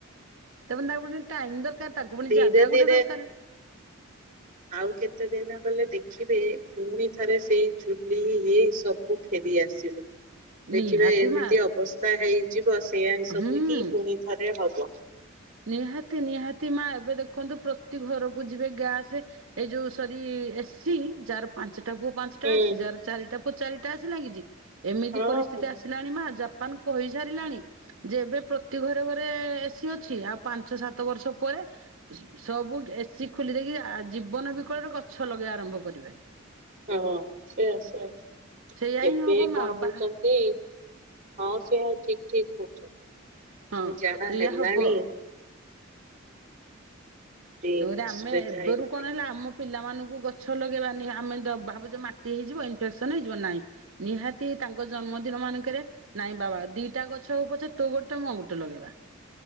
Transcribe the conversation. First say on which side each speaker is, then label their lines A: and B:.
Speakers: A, on the right; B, on the right.
A: ତାପରେ ତାକୁ ପୁଣି ଟାଇମ୍ ଦରକାର ତାକୁ ପୁଣି
B: ଧୀରେ
A: ଜାଗା
B: ଧୀରେ
A: ଗୋଟେ ଦରକାର।
B: ଆଉ କେତେ ଦିନ ଗଲେ ଦେଖିବେ ପୁଣି ଥରେ ସେଇ ଚୁ ହେଇ ହେଇ ସବୁ ଫେରି ଆସିବ। ଦେଖିବେ
A: ନିହାତି
B: ଏମିତି
A: ମା
B: ଅବସ୍ଥା ହେଇ ଯିବ ସେଇଆ ସବୁ
A: ହୁଁ
B: ହିଁ ପୁଣି ଥରେ ହବ।
A: ନିହାତି ନିହାତି ମା ଏବେ ଦେଖନ୍ତୁ ପ୍ରତି ଘରକୁ ଯିବେ ଗ୍ୟାସ ଏଇ ଯୋଉ ସରି ଏସି ଯାର ପାଞ୍ଚଟା ପୁଅ ପାଞ୍ଚଟା
B: ହୁଁ
A: ଏସି ଯାର ଚାରିଟା ପୁଅ ଚାରିଟା ଏସି ଲାଗିଛି। ଏମିତି
B: ହଁ
A: ପରିସ୍ଥିତି
B: ହଁ
A: ଆସି ଲାଣି ମା ଜାପାନ କହିସାରିଲାଣି ଯେ ଏବେ ପ୍ରତି ଘରେ ଘରେ ଏସି ଅଛି। ଅଛି ଆଉ ପାଞ୍ଚ ସାତ ବର୍ଷ ପରେ ସବୁ ଏସିି ଖୋଲି ଦେଇକି ଜୀବନ ବିକଳରେ ଗଛ ଲଗେଇବା ଆରମ୍ଭ କରିବା।
B: ହଁ ସେ ଆସ ଆସ
A: ସେଇଆ
B: ଏବେ
A: ହିଁ ହବ ମା
B: କଣ
A: ବା
B: କହୁଛନ୍ତି। ହଁ ସେୟା ହିଁ ଠିକ୍ ଠିକ୍ କହୁଛ।
A: ହଁ
B: ସେ ଯାହା
A: ସେଇଆ
B: ହେଲାଣି
A: ହବ।
B: ଟି
A: ତରେ
B: ଅସୁବିଧା
A: ଆମେ ଏବେରୁ
B: ହେଇଗଲାଣି।
A: କଣ ହେଲା ଆମ ପିଲାମାନଙ୍କୁ ଗଛ ଲଗେଇବାନି ଆମେ ଭାବୁଛେ ମାଟି ହେଇଯିବ ଇନଫେକ୍ସନ ହେଇଯିବ ନାହିଁ। ନିହାତି ତାଙ୍କ ଜନ୍ମଦିନ ମାନଙ୍କରେ ନାଇଁ ବାବା ଦିଟା ଗଛ ହେଉ ପଛ ତୁ ଗୋଟେ ମୁଁ ଗୋଟେ ଲଗେଇବା।